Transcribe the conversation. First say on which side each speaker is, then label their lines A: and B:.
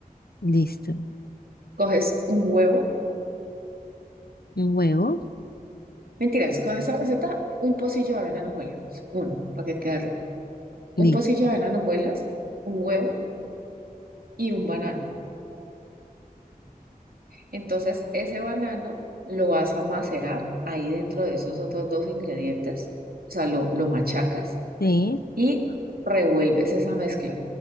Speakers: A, on the left; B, on the right.
A: listo.
B: Coges un huevo,
A: Un huevo,
B: mentiras, con esa receta, un pocillo de avena en hojuelas, uno, para que quede rico. Un
A: listo.
B: pocillo de avena en hojuelas, un huevo y un banano. Entonces, ese banano lo vas a macerar ahí dentro de esos otros dos ingredientes, o sea, lo, lo machacas
A: Sí,
B: y revuelves esa mezcla.